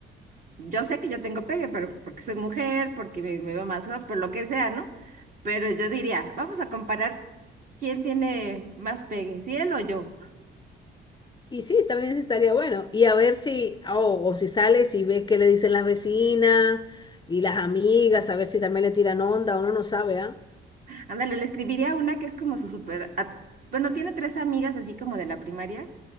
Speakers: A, on the right; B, on the left.
A: yo sé que yo tengo pegue, pero porque soy mujer, porque me, me veo más joven, por lo que sea, ¿no? Pero yo diría, vamos a comparar quién tiene más pegue, si él o yo.
B: Y sí, también estaría bueno. Y a ver si, oh, o si sales y ves qué le dicen las vecinas y las amigas, a ver si también le tiran onda, uno no sabe, ¿ah?
A: Ándale, le escribiría una que es como su super... a- Bueno, tiene tres amigas así como de la primaria,